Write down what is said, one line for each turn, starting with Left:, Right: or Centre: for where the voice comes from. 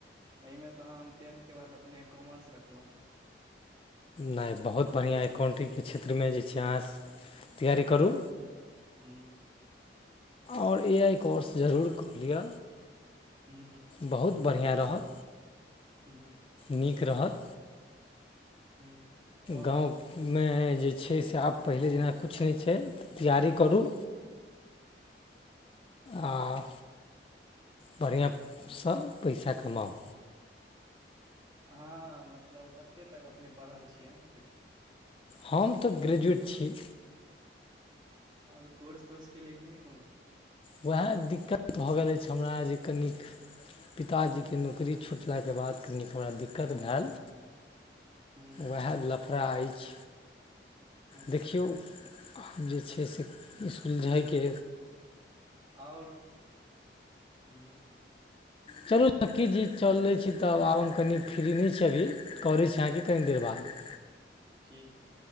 Right: अयमे तऽ हम टेन्थके बाद अपने कॉमर्स रखलौ।
Left: नेय बहुत बढ़ियांँ एककाउंटिंगके क्षेत्रमे जे छै अहाँ तैयारी करू।
Right: हूँ
Left: और ए आइ कोर्स जरूर कऽ लिय।
Right: हूं-हूं।
Left: बहुत बढ़ियां रहत।
Right: हूंँ-हूँ।
Left: नीक रहत।
Right: हूँ। आओर
Left: गाँवमे जे छै से आब पहिले जेना कूछ नय छैय तैयारी करू। आ, बढ़ियां सऽ पैसा कमाउ।
Right: हांँ मतलब कत्ते तक अपने पढ़ल छियै? <unintelligible>
Left: हम तऽ ग्रेजुएट छी।
Right: और कोर्स-तोर्स केलिये कि नय कोनो?
Left: उहैऽ दिक्कत भऽ गेल अइछ हमरा जे कनिक पिताजी के नौकरी छुटलाके बाद कनि थोड़ा दिक्कत
Right: हूँ
Left: भैएल,
Right: हूँ
Left: वैऽलफड़ा अइछ।
Right: हूँ
Left: देखियौ आब जे छै से इसकुल जायके
Right: और हूँ
Left: चलू लक्की जी चलै छी तब आब हम कनी फ्री नेय छी अभी। करै छी अहाँके कनि देर बाद।
Right: ठीक है।